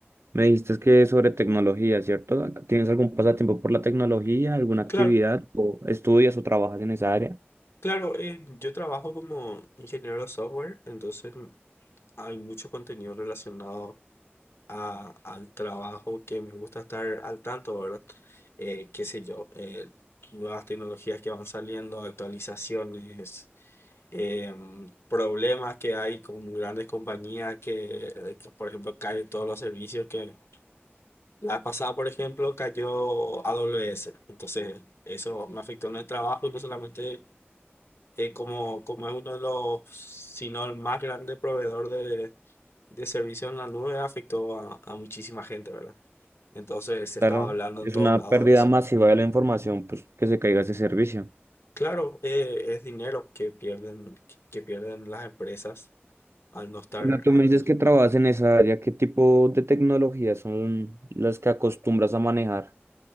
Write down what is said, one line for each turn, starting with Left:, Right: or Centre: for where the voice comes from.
Right: me dijiste que es sobre tecnología, ¿cierto? ¿Tienes algún pasatiempo por la tecnología, alguna actividad,
Left: Claro.
Right: o estudias o trabajas en esa área?
Left: Claro, eh, yo trabajo como ingeniero de software, entonces mm, hay mucho contenido relacionado a- al trabajo que me gusta estar al tanto, ¿verdad? Eh, qué sé yo, eh, nuevas tecnologías que van saliendo, actualizaciones, em, problemas que hay con grandes compañías que, eh, que, por ejemplo, caen todos los servicios que la pasada, por ejemplo, cayó AWS. Entonces, eso me afectó en el trabajo y no solamente eh, como, como es uno de los, si no el más grande proveedor de, de servicios en la nube, afectó a, a muchísima gente, ¿verdad? Entonces se
Right: Claro,
Left: estaba hablando
Right: es
Left: en todos
Right: una
Left: lados
Right: pérdida
Left: de eso.
Right: masiva de la información, pues que se caiga ese servicio.
Left: Claro, eh, es dinero que pierden, que, que pierden las empresas al no estar,
Right: Bueno, tú
Left: al-
Right: me dices que trabajas en esa área, ¿qué tipo de tecnologías son las que acostumbras a manejar?